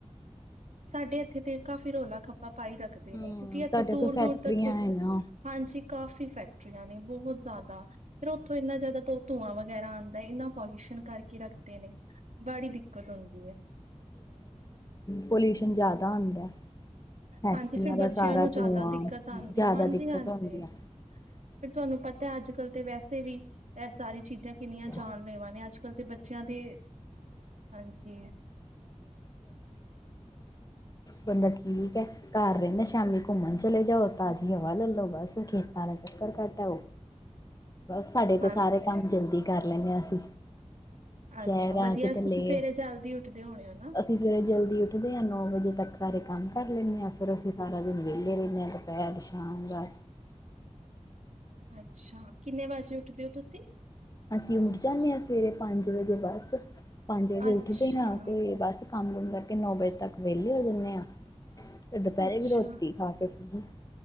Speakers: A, on the right (about 75°); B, on the left (about 30°).
A: ਸਾਡੇ ਇੱਥੇ ਤੇ ਕਾਫੀ ਰੌਲਾ ਖੱਪ ਆਪਾਂ ਪਾਈ ਰੱਖਦੇ
B: ਹਮ
A: ਨੇ ਕਿਉਂਕਿ ਇੱਥੇ
B: ਤੁਹਾਡੇ
A: ਦੂਰ
B: ਤੋਂ ਫੈਕਟਰੀਆਂ
A: ਦੂਰ ਤੱਕ ਖੇਤ
B: ਹੈ ਨਾ
A: ਹਾਂਜੀ ਕਾਫੀ ਫੈਕਟਰੀਆਂ ਨੇ ਬਹੁਤ ਜ਼ਿਆਦਾ ਫੇਰ ਉੱਥੋਂ ਇੰਨਾ ਜ਼ਿਆਦਾ ਧੂੰਆਂ ਵਗੈਰਾ ਆਂਦਾ ਐ ਇਨਾ ਪੋਲੀਉਸ਼ਨ ਕਰਕੇ ਰੱਖਦੇ ਨੇ ਬੜੀ ਦਿੱਕਤ ਆਉਦੀ ਐ
B: ਪੋਲਊਸ਼ਨ ਜਾਦਾ ਹੁੰਦਾ ਫੈਕਟਰੀਆਂ
A: ਹਾਂਜੀ ਫਿਰ ਬੱਚਿਆਂ
B: ਦਾ ਸਾਰਾ
A: ਨੂੰ ਜਾਦਾ
B: ਧੂੰਆਂ
A: ਦਿੱਕਤ ਆਂਦੀ
B: ਜ਼ਿਆਦਾ
A: ਹਾਂਜੀ-ਹਾਂਜੀ
B: ਦਿੱਕਤ ਹੁੰਦੀ ਹੈ।
A: ਫਿਰ ਤੁਹਾਨੂੰ ਪਤਾ ਤਾਂ ਅੱਜ ਕੱਲ੍ਹ ਤੇ ਵੈਸੇ ਵੀ ਐ ਸਾਰੀ ਚੀਜ਼ਾਂ
B: <inaudible>
A: ਕਿੰਨੀਆਂ ਜਾਨਲੇਵਾ ਨੇ ਅੱਜ ਕੱਲ੍ਹ ਦੇ ਬੱਚਿਆਂ ਦੇ ਹਾਂਜੀ
B: ਬੰਦਾ ਠੀਕ ਐ ਘਰ ਰੇਂਦਾ ਸ਼ਾਮੀ ਘੁੰਮਣ ਚਲੇ ਜਾਓ ਤਾਜ਼ੀ ਹਵਾ ਲੈ ਲੋ ਬਸ ਖੇਤਾਂ ਦਾ ਚੱਕਰ ਘੱਟ ਆਓ ਬਸ ਸਾਡੇ
A: ਹਾਂਜੀ
B: ਤੇ ਸਾਰੇ ਕੰਮ ਜਲਦੀ ਕਰ ਲੈਂਨੇ ਆ ਅਸੀਂ
A: ਅੱਛਾ
B: ਸ਼ਹਿਰਾਂ
A: ਵਧੀਆ
B: ਚ ਤੇ ਲੇਟ
A: ਤੁਸੀਂ ਸਵੇਰੇ ਜਲਦੀ ਉੱਠਦੇ ਹੋਣੇ ਹੋ ਨਾ
B: ਅਸੀਂ ਸਵੇਰੇ ਜਲਦੀ ਉੱਠਦੇ ਆ ਨੌ ਵਜੇ ਤੱਕ ਸਾਰੇ ਕੰਮ ਕਰ ਲੈਨੇ ਆ ਫਿਰ ਅਸੀਂ ਸਾਰਾ ਦਿਨ ਵੇਲੇ ਰੇਨੇ ਆ ਦੁਪੈਰ ਸ਼ਾਮ ਦਾ
A: ਅੱਛਾ ਕਿੰਨੇ ਵਜੇ ਉੱਠਦੇ ਓ ਤੁਸੀਂ
B: ਅਸੀਂ ਉੱਠ ਜਾਂਨੇ ਆ ਸਵੇਰੇ ਪੰਜ ਵਜੇ ਬਸ ਪੰਜ ਵਜੇ
A: ਅੱਛਾ
B: ਉੱਠਦੇ ਆ ਤੇ ਬਸ ਕੰਮ ਕੁਮ ਕਰ ਕਿ ਨੌ ਵਜ ਤੱਕ ਵੇਲੇ ਹੋ ਜਾਂਨੇ ਆ ਤੇ ਦੂਪੇਰੇ
A: ਅੱਛਾ
B: ਵੀ ਰੋਟੀ ਖਾ ਕੇ ਫ੍ਰੀ